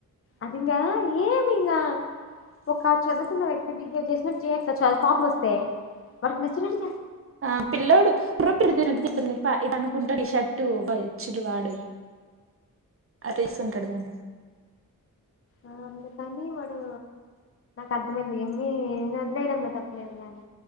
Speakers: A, on the left; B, on the right.
A: అదింగా ఏమిగా ఉక్క చదుకు వక్ బిహేవ్ చేస్తున కామ్ వస్త మ నస్త
B: ఆ పిల్లోడు ఇ పెడుతుటుస్తుడి ఇ అనుకుంటా షర్టు బచ్చులు వాడు అ తీస్తుంటాడు కాగానీ
A: ఆ అ తనీవడు అర్థమైంది ఏమి వదిలేయడంలో తప్పులేదు నాని